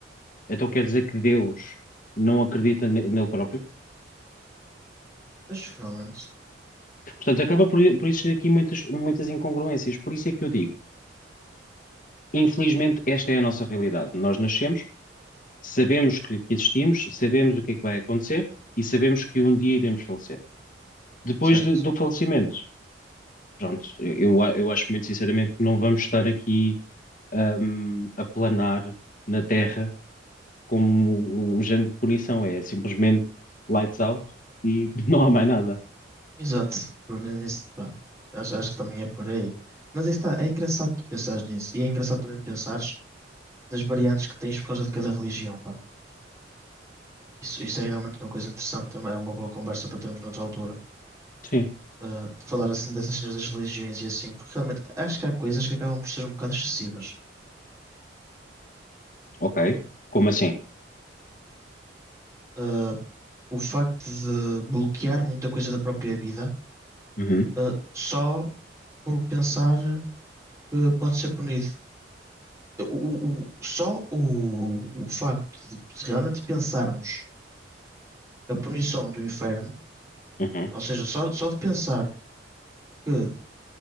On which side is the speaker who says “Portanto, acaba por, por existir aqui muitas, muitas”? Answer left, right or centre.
Left